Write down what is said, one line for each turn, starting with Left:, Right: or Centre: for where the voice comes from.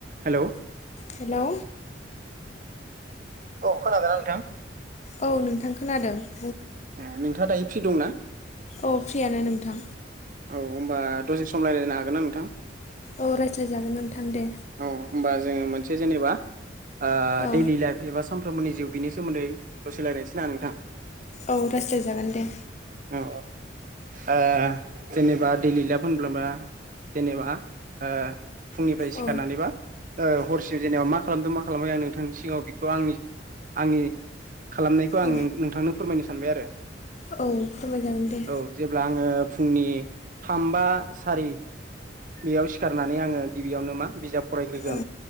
Right: Hello.
Left: Hello
Right: औ खोनादोंना नोंथां?
Left: औ नोंथां खोनादों ‌।
Right: ए नोंथाङा दायो फ्रि दंना?
Left: औ फ्रियानो नोंथां
Right: औ होनबा दसे सम रायजलायनो हागोन ना नोंथां?
Left: औ रायज्लायजागोन नोंथां। दे
Right: औ होमबा जोङो मोनसे जेनेबा ओ
Left: औ
Right: दैलि लाइफ एबा सानफ्रोमबोनि जिउ बिनि सोमोन्दै दसे रायलाइनोसैना नोंथां?
Left: औ राइस्लायजागोन दे।
Right: औ औ ओजेनेबा दैलि लायभ होनब्लाबा जेनेबा ओ फुंनिफ्राय
Left: औ
Right: सिखारनानै बा ओ हरसिम जेनेबा मा खालामदों मा खालामाखै आं नोंथांनि सिगाङाव खौ आंनि आंनि खालामनायखौ आं
Left: औ
Right: नों नोंथांनो फोरमायनो सानबाय आरो।
Left: औ फोरमायजागोन दे
Right: औ जेब्ला आङो फुंनि थाम बा सारि बेयाव सिखारनानै आङो गिबियावनो मा बिजाब फरायग्रोगोन
Left: औ